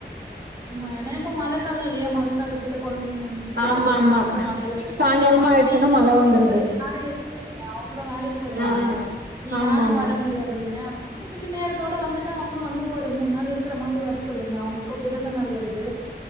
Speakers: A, on the right; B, on the right.
A: உமா எனா இப்ப மழக்கால இல்லியா மழ க்காலத்துல கொழந்தைங்க ன்ஞ்சிட்டா
B: ஆமா
A: அது வேற
B: ஆமா
A: கஷ்டம் மழைல
B: சாயங்காலமா
A: அப்றமா
B: ஆயிடுச்சுன்னா
A: இங்க வந்து
B: மழ
A: கொட்டிக்கிறதுக்கு
B: வந்துருது
A: யாரு இருக்கற அவுங்களு வேலைக்கு போயிடுவாங்க
B: ஆ
A: நீ
B: ஆமா
A: நானு
B: ஆமா
A: வர முடியாது இல்லியா கொஞ்ச நேரத்தோட வந்துட்டா அவனு வந்து ஒரு மூன் நாள் இருக்கிற மாரி வர சொல்லுங்க அவுங்ளுக்கு பிறந்த நாள் வருது